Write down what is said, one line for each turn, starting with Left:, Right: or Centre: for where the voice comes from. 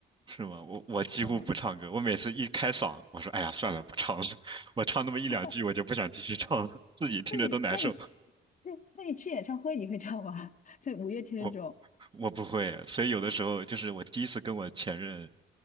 Right: 是吗？我我几乎不唱歌，
Left: 这样，
Right: 我每次一开嗓，我说哎呀算了，不唱了，<laughs> 我唱那么一两句，
Left: <laughs>
Right: 我就不想继续唱了，自己听着都难受。
Left: 那你那你去，对，那你去演唱会你会唱吗？<laughs> 在五月天那种，
Right: 我我不会，所以有的时候就是我第一次跟我前任